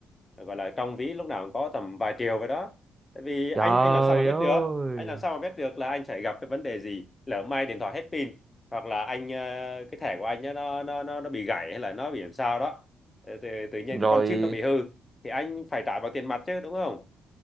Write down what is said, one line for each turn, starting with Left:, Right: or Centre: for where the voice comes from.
Left: gọi là trong ví lúc nào cũng có tầm vài triệu vậy đó tại vì anh
Right: trời
Left: anh làm sao mà biết
Right: ơi
Left: được anh làm sao mà biết được là anh sẽ gặp cái vấn đề gì lỡ may điện thoại hết pin hoặc là anh ờ, cái thẻ của anh á, nó nó nó nó bị gãy hay là nó bị làm sao đó Ờ, tự, tự nhiên
Right: rồi
Left: cái con chip nó bị hư thì anh phải trả bằng tiền mặt chứ đúng không